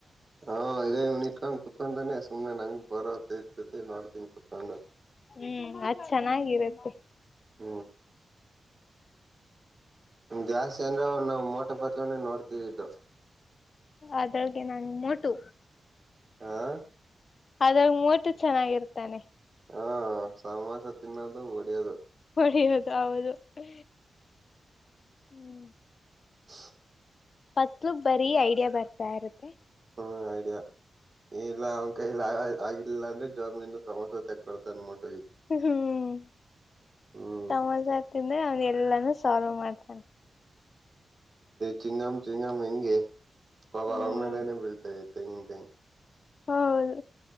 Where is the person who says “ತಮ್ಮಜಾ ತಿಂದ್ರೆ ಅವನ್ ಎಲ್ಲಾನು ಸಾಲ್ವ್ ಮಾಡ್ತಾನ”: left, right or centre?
Left